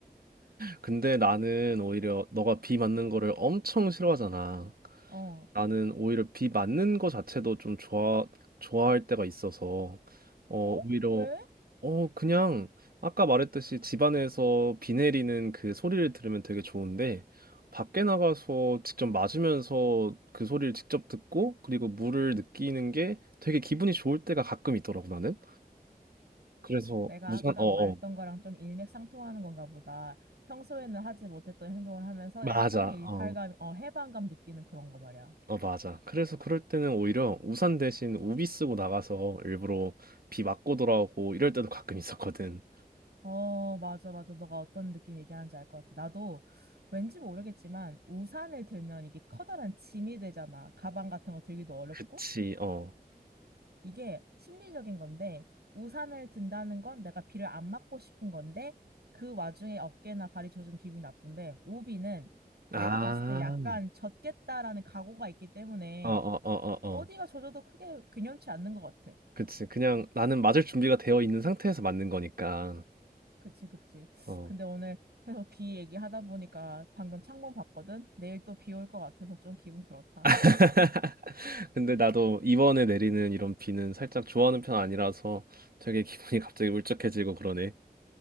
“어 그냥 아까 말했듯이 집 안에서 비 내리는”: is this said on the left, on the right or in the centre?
Right